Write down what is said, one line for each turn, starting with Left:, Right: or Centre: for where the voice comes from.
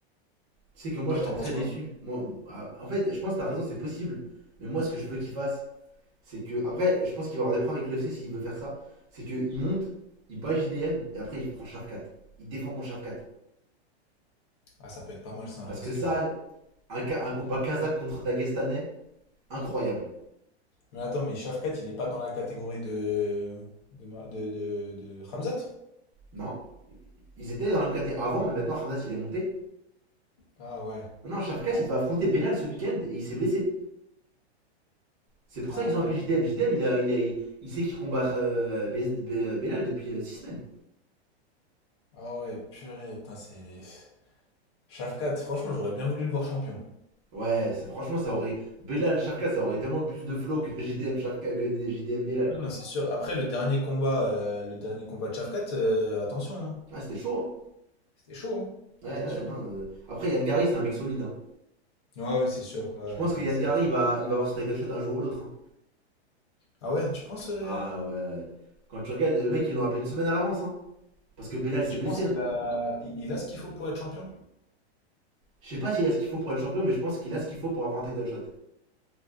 Right: Tu sais que moi,
Left: Toi,
Right: je serais
Left: t'en
Right: très
Left: penses quoi?
Right: déçu. Moi, ah, en fait, je pense que t'as raison, c'est possible, mais moi, ce que je veux qu'il fasse, c'est que... Après, je pense qu'il va avoir des problèmes avec l'UFC s'il veut faire ça, c'est qu'il monte, il bat JDM, et après, il prend Shafkat. Il défend contre Shafkat.
Left: Ah, ça peut être pas mal ça,
Right: Parce
Left: parce
Right: que ça,
Left: que
Right: Un, un combat kazakh contre Dagestanais, incroyable.
Left: Mais attends, mais Shafkat, il est pas dans la catégorie de. de. Ma- de, de, de Hamzat?
Right: Non Ils étaient dans la MKT avant, mais maintenant Hamzat il est monté.
Left: Ah ouais.
Right: Maintenant Shafkat
Left: Ah
Right: il
Left: ouais.
Right: va affronter Belal ce week-end et il s'est blessé. C'est pour
Left: Ah
Right: ça qu'ils
Left: ouais.
Right: ont appelé JDM. JDM il, a, il, a- il, il sait qu'il combat euh, Belal depuis euh, 6 semaines.
Left: Ah ouais, purée, putain, c'est. Shafkat, franchement, j'aurais bien voulu le voir champion.
Right: Ouais, franchement ça aurait. Belal Shafkat ça aurait tellement plus de flow que JDM Shafkat que JDM Belal.
Left: Ah non, c'est sûr. Après, le dernier combat, euh, le dernier combat de Shafkat, euh, attention, hein.
Right: Ah c'était chaud hein
Left: C'était chaud, hein.
Right: Ouais,
Left: Attention.
Right: ouais, non. euh. Après Yann Gary c'est un mec solide hein.
Left: Ouais, ouais, c'est sûr. Ouais,
Right: Je pense
Left: ouais, là,
Right: que Yann
Left: c'est-
Right: Gary il va, il va avoir son title shot un jour ou l'autre. hein.
Left: Ah ouais, tu penses. euh,
Right: Ah ouais, ouais. Quand tu regardes, le mec ils l'ont appelé une semaine à l'avance hein. Parce que Belal
Left: Et
Right: s'est
Left: tu
Right: blessé.
Left: penses qu'il
Right: Hein.
Left: a. Il, il a ce qu'il faut pour être champion?
Right: Je sais pas s'il a ce qu'il faut pour être champion, mais je pense qu'il a ce qu'il faut pour avoir un title shot.